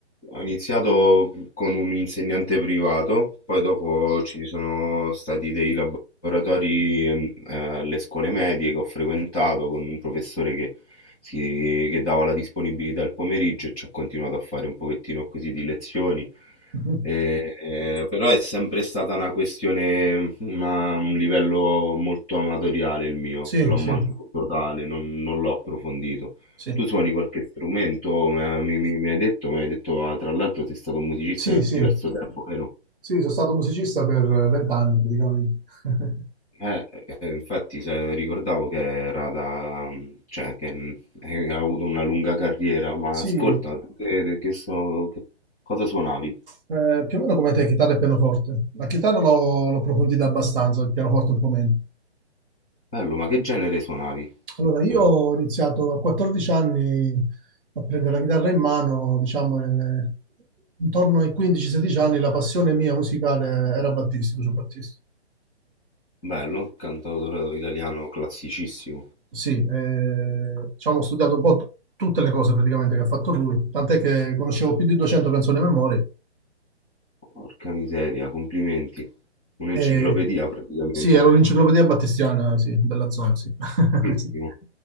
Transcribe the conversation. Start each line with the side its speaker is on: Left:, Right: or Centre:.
Centre: ho iniziato con un insegnante privato, poi dopo ci sono stati dei laboratori ehm, eh, alle scuole medie che ho frequentato con un professore che, si- che dava la disponibilità al pomeriggio e ci ho continuato a fare un pochettino così di lezioni.
Right: Mhm.
Centre: Eh, eh, però è sempre stata una questione, una- un livello molto amatoriale il mio,
Right: Sì,
Centre: l'ho
Right: sì,
Centre: mantenuto tale, non non l'ho approfondito.
Right: sì.
Centre: Tu suoni qualche strumento? Me- Mi, mi- mi hai detto, mi hai detto, ah, tra l'altro sei stato un musicista
Right: Sì,
Centre: per
Right: sì,
Centre: diverso tempo, vero?
Right: sì, sono stato musicista per vent'anni praticamente. <laughs>
Centre: Eh, eh, eh, infatti se- ricordavo che era da, mm, cioè, che mm, hai avuto una lunga carriera, ma
Right: Sì,
Centre: ascolta, tu che, che so, che- cosa suonavi?
Right: eh, più o meno come te, chitarra e pianoforte. La chitarra l'ho l'ho approfondita abbastanza, il pianoforte un po' meno.
Centre: Bello, ma che genere suonavi? Ho
Right: Allora, io
Centre: detto,
Right: ho iniziato a 14 anni a prendere la chitarra in mano, diciamo, eh, intorno ai 15-16 anni la passione mia musicale era Battisti, Lucio Battisti.
Centre: Bello, un cantautore italiano classicissimo.
Right: Sì, eh, diciamo, ho studiato un po' t- tutte le cose praticamente che ha fatto lui, tant'è che conoscevo più di 200 canzoni a memoria.
Centre: Porca miseria, complimenti. Un'enciclopedia
Right: E,
Centre: praticamente.
Right: sì, ero l'enciclopedia battistiana, sì, della zona, sì. <laughs>
Centre: Bellissimo.
Right: Sì.